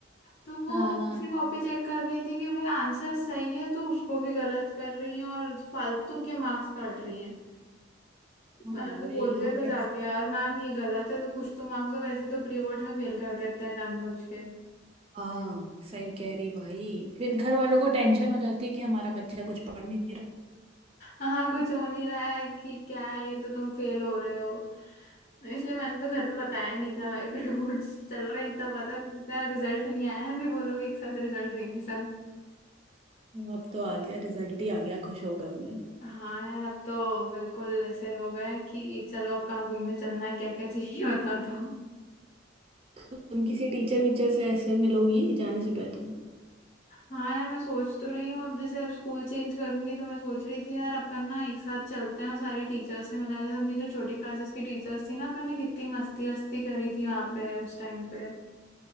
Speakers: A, on the left; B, on the right.
A: तो वो
B: हाँ
A: उसे कॉपी चेक कर रही थी कि भाई आंसर सही है तो उसको भी गलत कर रही है और फालतू के मार्क्स काट रही हैं
B: हाँ,
A: मैंने तो
B: ये
A: बोल
B: लोग
A: दिया था जाके
B: कैसे
A: यार मैम ये गलत है तो कुछ तो मार्क्स दो वैसे ही तो प्री बोर्ड्स में फेल कर देते हैं जानबूझ के
B: हाँ सही कह रही भाई फिर घर वालों को टेंशन हो जाती है कि हमारा बच्चा कुछ पढ़ नहीं
A: हाँ कुछ हो नहीं रहा है कि क्या है ये तो तुम फेल हो रहे हो इसलिए मैंने तो घर पे बताया नहीं था भाई <laughs> प्री बोर्ड्स चल रहे हैं इतना पता है रिजल्ट नहीं आया है अभी वो लोग एक साथ रिजल्ट देंगे सब
B: अब तो आ गया रिजल्ट ही आ गया खुश हो गए होंगे
A: हाँ यार अब तो बिल्कुल ऐसे हो गए हैं कि चलो अब कहाँ घूमने चलना है क्या क्या चाहिए <laughs> बता दो
B: तुम किसी टीचर वीचर से ऐसे मिलोगी जाने से पहले
A: हाँ यार मैं सोच तो रही हूँ अब जैसे अब स्कूल चेंज करूंगी तो मैं सोच रही थी यार अपन ना एक साथ चलते हैं और सारी टीचर्स से मिला जाए अपनी जो छोटी क्लासेस की टीचर्स थी ना अपन ने कितनी मस्ती मस्ती करी थी वहाँ पे उस टाइम पे